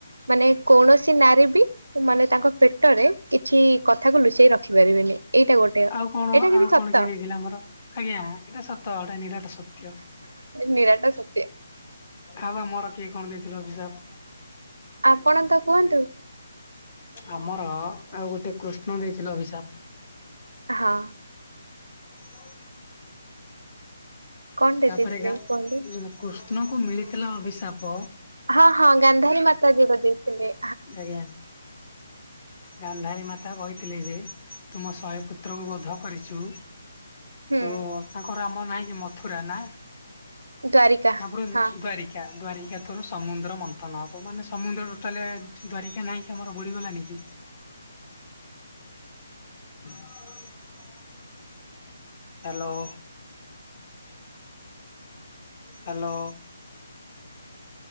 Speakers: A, on the right; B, on the left.
A: ମାନେ କୌଣସି ନାରୀ ବି ମାନେ ତାଙ୍କ ପେଟରେ କିଛି କଥାକୁ ଲୁଚେଇ ରଖି ପାରିବିନି ଏଇଟା ଗୋଟେ। ଏଇଟା
B: ଆଉ କଣ
A: କିନ୍ତୁ
B: ଆଉ କଣ
A: ସତ
B: କିଏ ଦେଇଛି? ଆମର। ଆଜ୍ଞା ଏଇଟା ସତ କଥା ନିରାଟ ସତ।
A: ନିରାଟ ସତ।
B: ଆ ବା ମୋର କିଏ କଣ ଦେଇଥିଲ ଅଭିଶାପ।
A: ଆପଣ ତ କୁହନ୍ତୁ।
B: ଆମର ଆଉ ଗୋଟେ କୃଷ୍ଣ ଦେଇଥିଲେ ଅଭିିଶାପ।
A: ହଁ।
B: ହୁଁ
A: କଣଟେ
B: ତାପରେ
A: ଦେଇଥିଲେ
B: ଗା
A: କୁହନ୍ତୁ
B: ଯୋଉ କୃଷ୍ଣଙ୍କୁ ମିଳିଥିଲା ଅଭିଶାପ
A: ହଁ ହଁ ଗାନ୍ଧାରୀ ମାତା ଯୀ ବ ଦେଇେଥିଲେ।
B: ଆଜ୍ଞା। ଗାନ୍ଧାରୀ ମାତା କହିଥିଲେ ଯେ ତୁ ମୋ ଶହେ ପୁତ୍ରକୁ ବୋଧ କରିଛୁ।
A: ହୁଁ
B: ତ ତାଙ୍କର ଆମ ନାଇଁ କି ମଥୁରା ନା
A: ଦ୍ଵାରିକା
B: ଆପର
A: ହଁ
B: ଦାରିକ <unintelligible> ଦ୍ଵାରିକା ତୋର ସମୁଦ୍ର ମନ୍ଥନ ହବ ମାନେ ସମୁଦ୍ର ଟୋଟାଲ ଦ୍ୱାରିକା ନହିଁ କି ଆମର ବୁଡିଗଲାଣନି କି। <unintelligible> ହ୍ୟାଲୋ। ହ୍ୟାଲୋ।